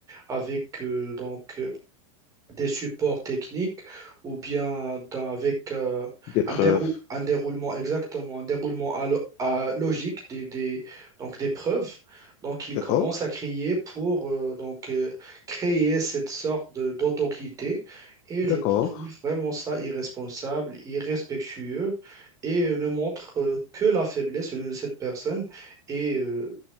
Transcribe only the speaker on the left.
Des preuves.
D'accord,
d'accord.